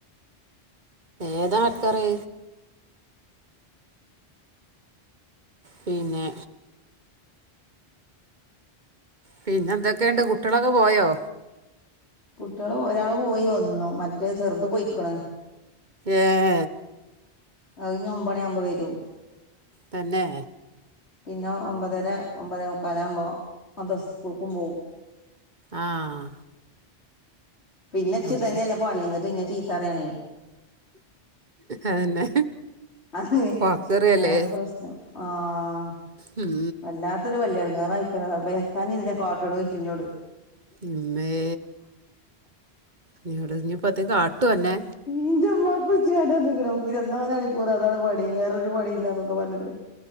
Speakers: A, on the right; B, on the left.
A: ഏതാ ആക്കാറ് പിന്നെ പിന്നെന്തൊക്കേണ്ട് കുട്ട്യാളൊക്കെ പോയോ
B: കുട്ട്യാള് ഒരാള് പോയി വന്നു മറ്റേ ചെർത് പൊയ്ക്കിണ്
A: ഏഹ്
B: അഞ്ഞ് ഒമ്പണ്യാമ്പൊ വരും
A: തന്നെ
B: പിന്നെ ഒമ്പതര ഒമ്പതേ മുക്കാലാമ്പോ മദ സ്കൂൾക്കും പോം
A: ആഹ്
B: പിന്നെച്ച്
A: അങ്ങനെ
B: ഇതെന്ന്യല്ലെ പണി ഇന്നിട്ട് ഇന്നെ ചീത്തറയാണേ
A: അതന്നെ
B: അതെ
A: വാക്കറിയല്ലേ
B: അതാണ് പ്രശ്നം ആഹ്
A: ഉം
B: വല്ലാ ത്തൊര് വല്ല്യടങ്ങാറായ്ക്ക്ണ് റബ്ബേ എത്താ ഇഞ്ഞിതിനെ കാട്ടിണോയ്ചുഞ്ഞോട്
A: ഇമ്മേ <unintelligible> ഇഞ്ഞിപ്പത്തെ കാട്ട്വോ അന്നെ
B: ഇഞ്ചെമ്മാക്കുൾച്ചിങ്ങാണ്ട് അർഞിക്കിണ് ഓക്ക് ഇര്വത്നാലണിക്കുറു അതാണ് പണി വേറൊരു പണീല്ലന്നൊക്കെ പർഞ്ഞിക്കിണ്